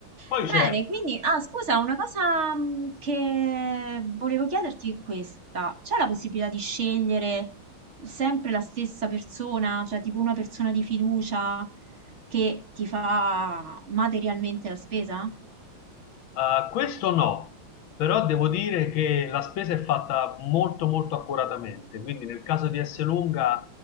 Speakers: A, on the left; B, on the right.
A: poi
B: Bene,
A: c'è...
B: quindi, ah, scusa, una cosa mm, che volevo chiederti è questa. C'è la possibilità di scegliere sempre la stessa persona, cioè tipo una persona di fiducia che ti fa materialmente la spesa?
A: Ah, questo no, però devo dire che la spesa è fatta molto molto accuratamente, quindi nel caso di Esselunga